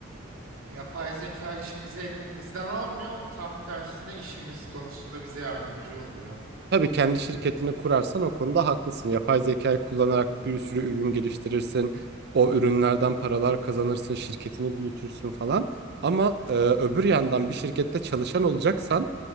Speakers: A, on the right (about 80°); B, on the right (about 50°).
A: Yapay zeka işimizi elimizden almıyor. Tam tersine işimiz konusunda bize yardımcı oluyor.
B: Tabii kendi şirketini kurarsan o konuda haklısın. Yapay zekayı kullanarak bir sürü ürün geliştirirsin. O ürünlerden paralar kazanırsın, şirketini büyütürsün falan. Ama e, öbür yandan bir şirkette çalışan olacaksan